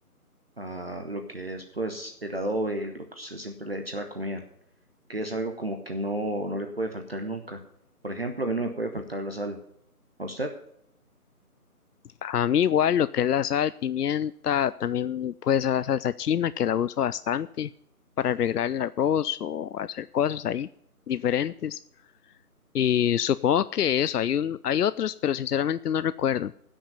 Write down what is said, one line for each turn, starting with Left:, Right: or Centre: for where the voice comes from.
Right: a lo que es pues el adobe, lo que usted siempre le echa a la comida, que es algo como que no, no le puede faltar nunca. Por ejemplo, a mí no me puede faltar la sal. ¿A usted?
Left: A mí igual lo que es la sal, pimienta, también puede ser la salsa china que la uso bastante para arreglar el arroz o hacer cosas ahí diferentes. Y supongo que eso, hay un, hay otros, pero sinceramente no recuerdo.